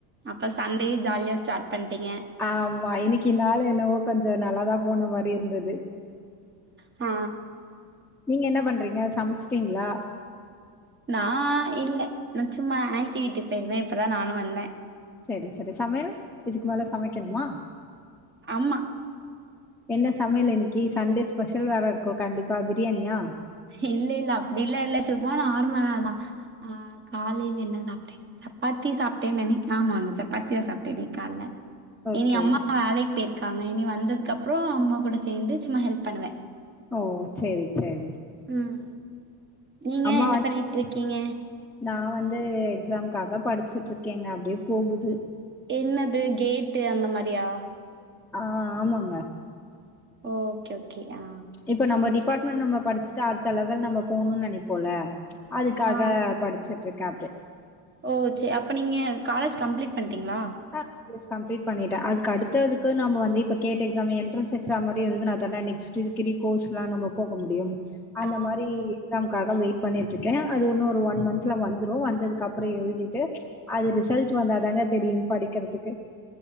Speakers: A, on the right (about 25°); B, in the centre.
A: அப்ப சண்டேயு ஜாலியா ஸ்டாட் பண்ட்டிங்க
B: ஆமா இன்னக்கி நாள் என்னவோ கொஞ்சோ நல்லாதா போன மாரி இருந்துது
A: ஆ
B: நீங்க என்ன பண்றீங்க சமச்சுட்டீங்ளா
A: நா இல்ல நா சும்மா ஆன்ட்டி வீட்டுக் போயிருந்தே இப்பதா நானு வந்த
B: சேரி சேரி சமையல் இதுக்கு மேல சமைக்கணுமா
A: அம்மா
B: என்ன சமையல் இன்னக்கி சண்டே ஸ்பெஷல் வேற இருக்கு கண்டிப்பா பிரியாணியா
A: இல்ல இல்ல அப்டிலா இல்ல சும்மா நார்மலாதா ஆ காலையில என்ன சாப்ட்டே சப்பாத்தி சாப்ட்டேன் நெனைக் ஆமா நா சப்பாத்திதா சாப்ட்டே இன்னைக்கால்ல
B: ஓகே
A: இனி அம்மா வேலைக் போயிருக்காங்க இனி வந்ததுக்கு அப்றோ அம்மா கூட சேந்து சும்மா ஹெல்ப் பண்ணுவே
B: ஓ சேரி சேரி
A: ம் நீங்க
B: அம்மா
A: என்ன
B: வந்து
A: பண்ணிட்ருக்கீங்க
B: நா வந்து எக்ஸாம்காக படிச்சுட்ருக்கேங்க அப்டியே போகுது
A: என்னது கேட்டு அந்த மாரியா
B: ஆ ஆமாங்க
A: ஓகே ஓகே ஆ
B: இப்ப நம்ம டிபார்ட்மெண்ட் நம்ப படிச்சுட்டு அடுத்த லெவல் நம்ப போணு நெனைப்போல அதுக்காக
A: ஆ
B: படிச்சுட்ருக்க அப்டே
A: ஓ ச்சே அப்ப நீங்க காலேஜ் கம்ப்ளீட் பண்ட்டீங்ளா
B: ஆ எஸ் கம்ப்ளீட் பண்ணிட்ட அதுக்கு அடுத்ததுக்கு நம்ம வந்து இப்ப கேட் எக்ஸாம் என்ரன்ஸ் எக்ஸாம் மாரியு எழுதுனாதான நெக்ஸ் ட்டு டிகிரி கோர்ஸ்லாம் நம்ம போக முடியும் அந்த
A: ஆ
B: மாரி எக்ஸாம் காக வெயிட் பண்ணிட்ருக்கே அது உன்னு ஒரு ஒன் மந்த்ல வந்துரு வந்ததுக்கு அப்புறோ எழுதிட்டு அது ரிசல்ட்டு வந்தாதாங்க தெரியு படிக்றதுக்கு